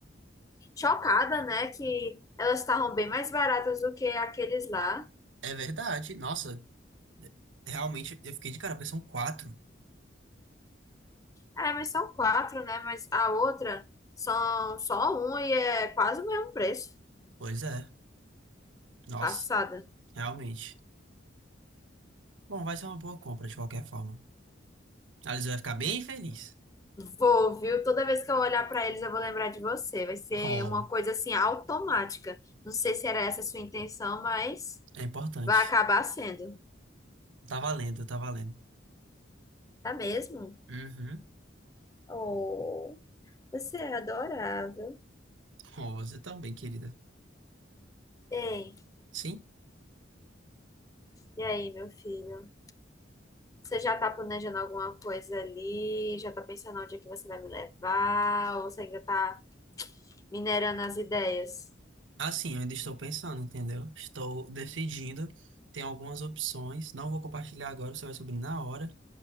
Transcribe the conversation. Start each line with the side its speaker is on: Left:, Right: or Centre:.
Left: Chocada, né? Que elas estavam bem mais baratas do que aqueles lá.
Right: É verdade. Nossa, realmente eu fiquei de cara, porque são quatro.
Left: É, mas são quatro, né? Mas a outra são só um e é quase o mesmo preço.
Right: Pois é. Nossa,
Left: Passada.
Right: realmente. Bom, vai ser uma boa compra de qualquer forma. A Liz vai ficar bem feliz.
Left: Vou, viu? Toda vez que eu olhar pra eles, eu vou lembrar de você. Vai ser
Right: Oh,
Left: uma coisa assim automática. Não sei se era essa a sua intenção, mas
Right: é importante.
Left: vai acabar sendo.
Right: Tá valendo, tá valendo.
Left: Tá mesmo?
Right: Uhum.
Left: Oh, você é adorável.
Right: Oh, você tão bem, querida.
Left: Ei,
Right: Sim.
Left: e aí, meu filho? Você já tá planejando alguma coisa ali? Já tá pensando onde é que você vai me levar? Ou você ainda tá minerando as ideias?
Right: Assim, eu ainda estou pensando, entendeu? Estou decidindo. Tem algumas opções. Não vou compartilhar agora, você vai subir na hora.